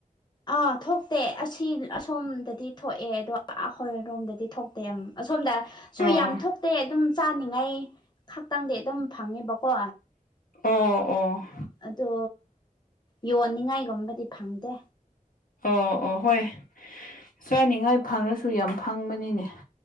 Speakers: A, on the left (about 30°); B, on the left (about 75°).
A: ꯑꯥ ꯊꯣꯛꯇꯦ ꯑꯁꯤ ꯑꯁꯣꯝꯗ ꯗꯤ ꯊꯣꯛꯑꯦ ꯑꯗꯣ ꯑꯩꯈꯣꯏ ꯔꯣꯝꯗꯗꯤ ꯊꯣꯛꯇꯦ ꯑꯁꯣꯝꯗ ꯁꯨ
B: ꯑꯣ
A: ꯌꯥꯝ ꯊꯣꯛꯇꯦ ꯑꯗꯨꯝ ꯆꯥꯅꯤꯡꯉꯥꯏ ꯈꯛꯇꯪꯗꯤ ꯑꯗꯨꯝ ꯐꯪꯉꯦꯕꯀꯣ
B: ꯑꯣ ꯑꯣ
A: ꯑꯗꯣ ꯌꯣꯟꯅꯤꯡꯉꯥꯏꯒꯨꯝꯕꯗꯤ ꯐꯪꯗꯦ
B: ꯑꯣ ꯑꯣ ꯍꯣꯏ ꯆꯥꯅꯤꯡꯉꯥꯏ ꯐꯪꯉꯁꯨ ꯌꯥꯝ ꯐꯪꯕꯅꯤꯅꯦ